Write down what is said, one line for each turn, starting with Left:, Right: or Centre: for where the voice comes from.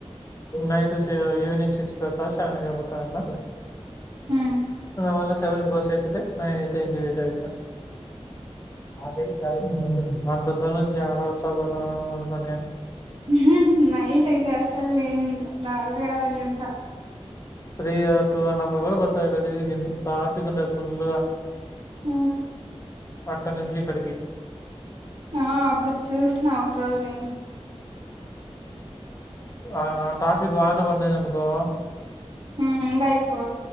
Left: నైట్ ఈవినింగ్ సిక్స్ వస్త సెవెన్ అయిపోతా అన్న
Right: హ్మ్మ్
Left: మళ్ళా సెవెన్ కు బస్ ఎక్కితే నైన్ అయితది ఇంటికి వెళ్ళేసరికి అది చవ <unintelligible> మన దద్ద నుంచి యాడ వచ్చ పోతావు అనుకొని ఉన్నాడు.
Right: హు హుమ్మ్ నైట్ అయితే అస్సల్ నేనుంటా నా వల్ల కాదని ఉంటా
Left: three or two and half hour పడతది. ఎట్ట తిరిగి జర్నీ ట్రాఫిక్ ఉంటది. ఫుల్లు గా
Right: అవునా
Left: అక్కడ నుంచి ఇక్కడికి
Right: ఆ అప్పుడు చూసిన ఒక రోజు నేను
Left: ఆ కాశీకి వాన పడినది అనుకో
Right: ఉమ్ ఇంకా ఎక్కువ